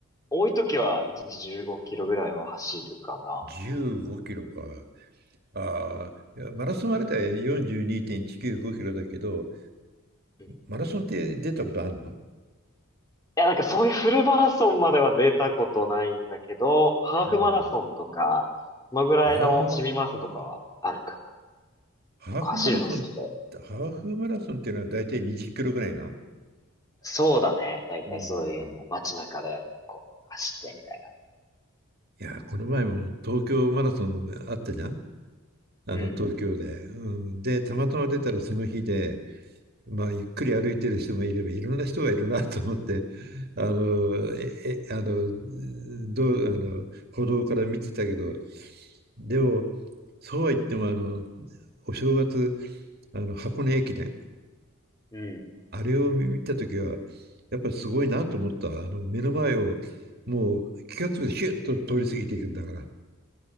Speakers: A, on the left; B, on the right.
A: 多い時は1日15キロぐらいは走るかな。
B: 15キロか。ああ、いやマラソンあれだよね、42.195キロだけど、
A: うん
B: マラソンって出たことあんの
A: いや、なんかそういうフルマラソンまでは出たことないんだけど、ハーフマラソンとか、
B: うん。
A: そのぐらいの市民マラソンとかはあるかな。
B: ああ、ハーフマラソン、
A: 結構走るの好きで。
B: ハーフマラソンっていうのは大体20キロぐらいなの
A: そうだね。だいたいそういうのを街中で、
B: うん。
A: こう、走ってみたいな。
B: いや、この前も東京マラソンあったじゃんあの東京で。
A: うん。
B: うん、で、たまたま出たらその日で、まあ、ゆっくり歩いてる人もいればいろんな人がいるなと思ってあのええあのどうあの歩道から見てたけどでもそうは言ってもあのお正月あの箱根駅伝
A: うん。
B: あれを見た時はやっぱりすごいなと思ったあの目の前をもう気が付くとヒュッと通り過ぎていくんだから